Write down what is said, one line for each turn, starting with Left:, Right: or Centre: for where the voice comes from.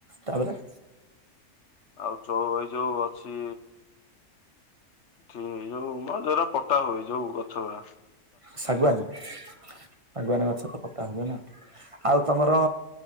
Right: ତାପରେ?
Left: ଆଉ ଚୋ-ଏଇ ଯଉ ଅଛି ଠିକ୍ ଯଉ ମ ଯଉରା ପଟା ହୁଏ ଯଉ ଗଛ ଗୁଡା।
Right: ଶାଗୁଆନ୍- ଶାଗୁଆନ୍ ଗଛ ତ ପଟା ହୁଏ ନା। ଆଉ ତମର